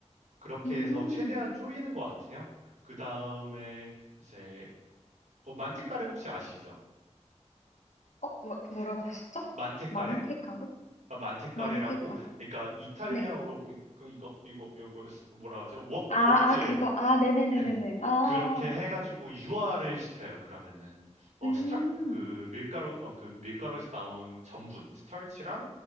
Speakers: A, on the right; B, on the left.
A: 그렇게
B: <laughs> 음.
A: 해서 최대한 졸이는 것 같아요. 그 다음에 이제 어, 만테카레 혹시 아시죠?
B: 어 뭐 뭐라고 하셨죠?
A: 만테카레?
B: 만테가루
A: 아, 만테카레라고
B: 만테가루
A: 그러니까 이탈리아어로
B: 네.
A: 그- 그 이거 이거 이거 뭐라 하죠? 웍
B: 아,
A: 웍젤
B: 아, 그거. 아, 네네네네네.
A: 네
B: 아, 아,
A: 그렇게 해 가지고
B: 아.
A: 유화를 시켜요. 그러면은 어
B: 음,
A: 스타 그 밀가루 어 그 밀가루에서 나온 전분, 스타치랑